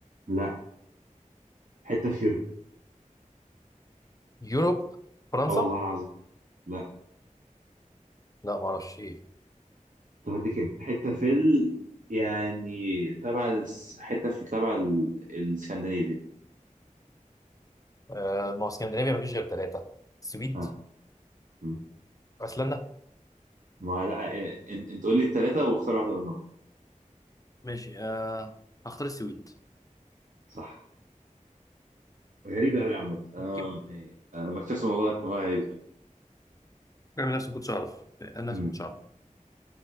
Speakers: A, on the right; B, on the left.
A: لا حته في يوروب
B: يوروب فرنسا
A: اه والله العظيم لا
B: لا ما اعرفش ايه
A: طب اديك hint. حته في ال... يعني تبع الس... حته في تبع ال... الاسكندنافيا
B: آه ما هو اسكندنافيا ما فيش غير ثلاثه السويد
A: ها مم.
B: ايسلندا
A: ما لا إيه، انت انت قول لي الثلاثه واختار واحده منهم
B: ماشي آه هختار السويد
A: صح غريبه قوي يا عم أم...
B: يمكن
A: إيه، أنا ما اكتشفت الموضوع ده، الموضوع غريب قوي
B: بعمل نفسي ما كنتش اعرف انا
A: امم
B: نفسي ما كنتش اعرف